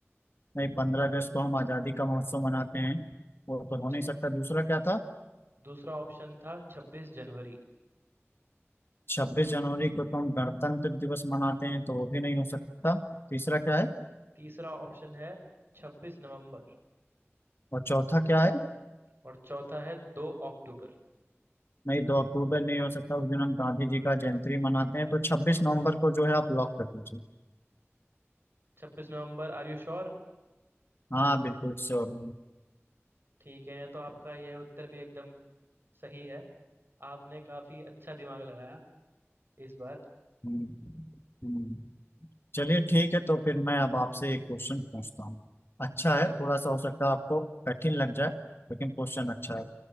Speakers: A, on the left (about 50°); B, on the right (about 50°).
A: नहीं पंद्रह अगस्त को हम आज़ादी का महोत्सव मनाते हैं वो तो हो
B: जी
A: नहीं सकता दूसरा क्या था
B: दूसरा ऑप्शन था छब्बीस जनवरी
A: छब्बीस जनवरी को तो हम गणतंत्र दिवस मनाते हैं तो वो भी नहीं हो सकता तीसरा क्या है
B: तीसरा ऑप्शन है छब्बीस नवंबर
A: और चौथा क्या है
B: और चौथा है दो अक्टूबर
A: नहीं दो अक्टूबर नहीं हो सकता उस दिन हम गांधी जी का जयंती मनाते हैं तो छब्बीस नवंबर को जो है आप लॉक कर दीजिए
B: छब्बीस नवंबर आर यू श्योर
A: हाँ बिल्कुल श्योर हूँ
B: ठीक है तो आपका यह उत्तर भी एकदम सही है आपने काफी अच्छा दिमाग लगाया इस बार
A: हम्म, हम्म। चलिए ठीक है तो फिर मैं अब आपसे एक क्वेश्चन पूछता हूँ अच्छा
B: जी
A: है
B: जी
A: थोड़ा सा हो सकता है आपको कठिन लग जाए लेकिन क्वेश्चन अच्छा है